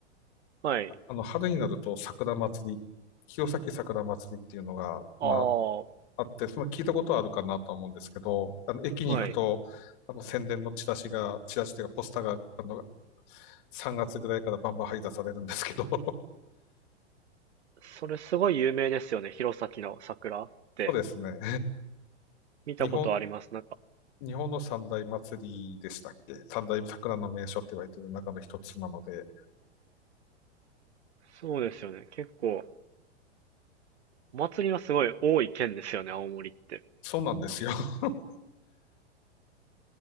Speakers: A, on the right; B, on the left.
A: はい。
B: あの、春になると桜祭り、弘前桜祭りっていうのが、ま
A: ああ、
B: あ、あって、その聞いたことはあるかなとは思うんですけど、あの、駅に行くと、
A: はい。
B: あの、宣伝のチラシが、チラシというかポスターが、あの、3月ぐらいからバンバン配達されるんですけど、<laughs>
A: それすごい有名ですよね。弘前の桜って
B: そうですね。
A: 見たことあります。
B: 日本、
A: なんか、
B: 日本の三大祭りでしたっけ三大桜の名所って言われてる中の一つなので、
A: そうですよね。結構、お祭りがすごい多い県ですよね、青森って。
B: そうなんですよ。<laughs>